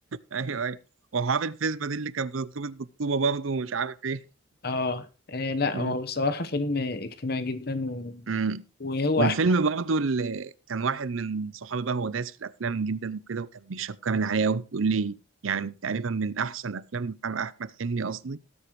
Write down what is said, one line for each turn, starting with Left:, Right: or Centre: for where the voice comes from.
Right: ايوه ايوه وحافظ الفيسبا دي اللي كانت بترتبط بالطوبه برضه ومش عارف ايه
Left: اه إيه لا
Right: مم.
Left: هو بصراحة فيلم اجتماعي جدا و...
Right: مم.
Left: وهو
Right: والفيلم
Left: أحلى
Right: برضه اللي كان واحد من صحابي بقى هو دايس في الافلام جدا وكده وكان بيشكرني عليه قوي بيقول لي يعني تقريبا من احسن افلام محمد- احمد حلمي قصدي